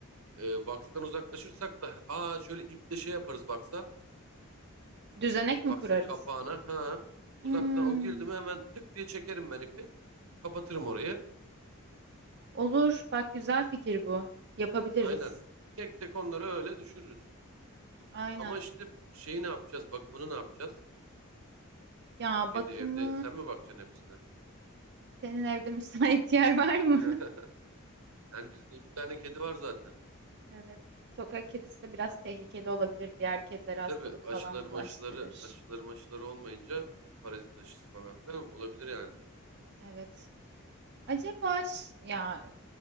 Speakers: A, on the right (about 70°); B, on the right (about 50°).
A: Ee, box'tan uzaklaşırsak da aa şöyle iple şey yaparız box'a.
B: Düzenek mi
A: Box'ın
B: kurarız?
A: kapağına ha. Uzaktan
B: Hmm,
A: o girdi mi hemen tık diye çekerim ben ipi. Kapatırım orayı.
B: olur. Bak güzel fikir bu. Yapabiliriz.
A: Aynen. Tek tek onları öyle düşürürüz.
B: Aynen.
A: Ama işte şeyi ne yapacağız? Bakımını ne yapacağız?
B: Ya
A: Üç kedi
B: bakımı
A: evde sen mi bakacaksın hepsine?
B: senin evde müsait <laughs> yer var mı?
A: <laughs> Yani bizde iki tane kedi var zaten.
B: Evet. Sokak kedisi de biraz tehlikeli olabilir. Diğer kedilere
A: E tabi
B: hastalık
A: aşıları
B: falan bulaştırır.
A: maşıları aşıları maşıları olmayınca parazit aşısı falan filan olabilir yani.
B: Evet. Acaba ş- ya